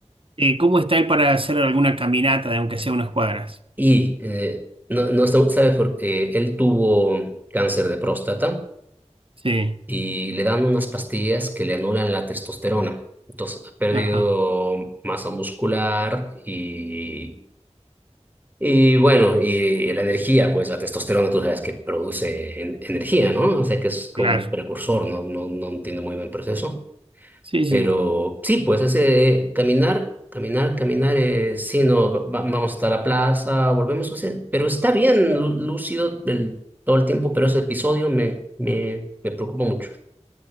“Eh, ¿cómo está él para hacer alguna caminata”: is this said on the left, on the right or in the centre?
Right